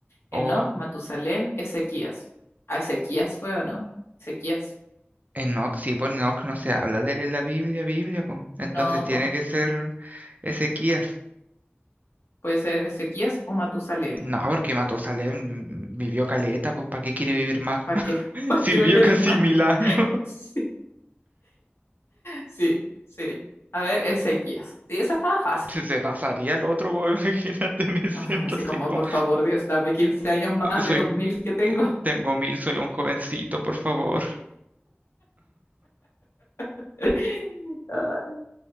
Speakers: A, on the left; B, on the right.
A: Enoc,
B: O
A: Matusalén, Ezequías. ¿A Ezequías fue o no? Ezequías.
B: Enoch, sí, por Enoch no se habla de él en la Biblia, Biblia, pues. Entonces
A: No,
B: tiene
A: pues.
B: que ser Ezequías.
A: Puede ser Ezequías o Matusalén.
B: No, porque Matusalén vivió caleta, pues ¿para qué quiere vivir más?
A: ¿Para
B: <laughs>
A: qué? <laughs> ¿Para
B: Si
A: qué
B: vivió
A: va a querer
B: casi
A: más?
B: mil
A: <laughs>
B: años, <laughs>
A: Sí, sí, sí. A ver, Ezequías. Sí, esa estaba fácil.
B: se se pasaría el otro, pues imagínate, <laughs> me siento
A: O sea, Así
B: así
A: como,
B: como
A: por favor, Dios, dame 15 años más
B: Soy,
A: de los mil que tengo.
B: eh, tengo mil, soy un jovencito, por favor.
A: <laughs> Ay.